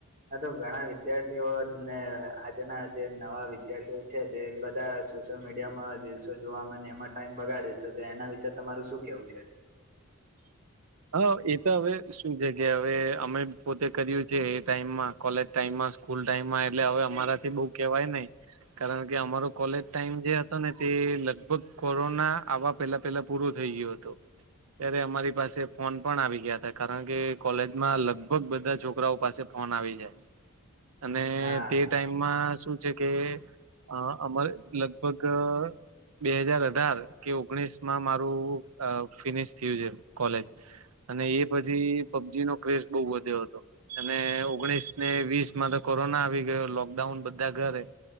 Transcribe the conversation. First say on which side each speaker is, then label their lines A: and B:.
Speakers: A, on the right; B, on the right.
A: આતો ઘણા વિદ્યાર્થીઓને આજના જે નવા વિદ્યાર્થીઓ હા, એમાં ટાઈમ બગાડવો યોગ્ય નથી. સોશિયલ મીડિયા મર્યાદામાં વાપરવું સારુંપહેલા અભ્યાસ છે જે બધા સોશિયલ મીડિયા માં જે રીલસો જોવામાં ને એમ ટાઈમ બગાડે છે તો એના વિષય તમારે શું કહેવું છે?
B: હા, એ તો હવે શું છે કે હવે અમે પોતે કર્યું છે એ ટાઈમ માં કોલેજ ટાઈમ માં સ્કૂલ ટાઈમ માં એટલે હવે અમારા થી બહુ કેહવાય નહીં. કારણકે અમારો કોલેજ ટાઈમ જે હતો ને તે લગભગ કોરોના આવા પેહલા પેહલા પૂરું થઈ ગયું હતું. ત્યારે અમારી પાસે ફોન પણ આવી ગયા હતા, કારણ કે કોલેજમાં લગભગ બધા છોકરાઓ ફોન આવી જાએ. અને
A: હા
B: તે ટાઈમ માં શું છે કે હા, અમારે લગભગ અહ બે હજાર અઢાર કે ઓગણીસ માં મારું અહ ફિનિશ થયું છે કોલેજ. એ પછી પબજી ના ક્રેઝ બહુ વધીયો હતો. અને ઓગણીસ ને વીસ માં તો કોરોના આવી ગયો લોકડાઉન બધા ઘરે.